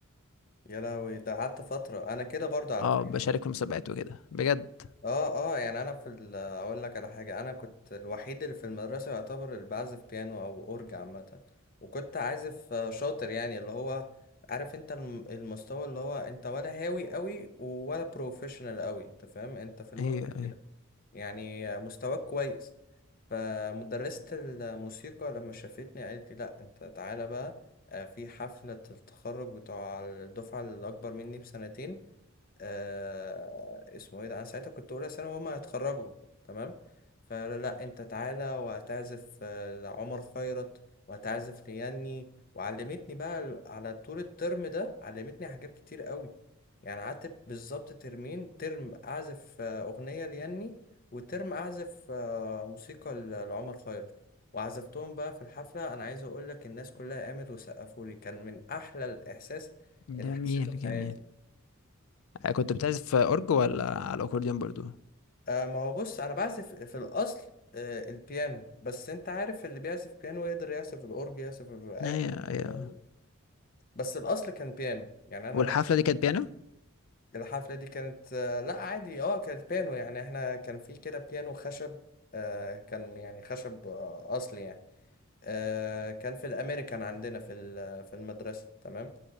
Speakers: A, on the left; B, on the left.
A: يا لهوي ده قعدت فترة انا كده برضو على
B: اه
A: فكرة
B: بشارك في مسابقات وكده بجد
A: اه اه يعني انا في ال- اقول لك على حاجة انا كنت الوحيد اللي في المدرسة يعتبر اللي بعزف بيانو او اورج عامة وكنت عازف آه، شاطر يعني اللي هو عارف انت الم- المستوى اللي هو انت ولا هاوي قوي ولا بروفيشنال قوي انت فاهم انت في النص
B: ايوه ايوه
A: كده يعني مستواك كويس فمدرسة الموسيقى لما شافتني قالت لي لا انت تعالى بقى آه، في حفلة التخرج بتوع الدفعة الأكبر مني بسنتين آه اسمه ايه ده انا ساعتها كنت اولى ثانوي وهما هيتخرجوا تمام فلا لا، انت تعالى وهتعزف آه، لعمر خيرت وهتعزف لياني وعلمتني بقى ال- على طول الترم ده علمتني حاجات كتير قوي يعني قعدت بالظبط ترمين ترم اعزف آه، اغنية لياني وترم اعزف آه، موسيقى ل- لعمر خيرت وعزفتهم بقى في الحفلة انا عايز اقول لك الناس كلها قامت وسقفوا لي كان من احلى الاحساس اللي
B: جميل
A: حسيته في
B: جميل
A: حياتي
B: آه، كنت بتعزف اورج ولا على الاكورديون برضو
A: آه ما هو بص انا بعزف في الاصل آه البيانو بس انت عارف اللي بيعزف بيانو يقدر يعزف الاورج يعزف اي
B: ايوه ايوه
A: حاجة، فاهمني بس الاصل كان بيانو يعني انا
B: والحفله دي كانت بيانو
A: أنا الحفله دي كانت آه لا عادي اه كانت بيانو يعني احنا كان في كده بيانو خشب آه كان يعني خشب آه اصلي يعني آه كان في الامريكان عندنا في ال- في المدرسه تمام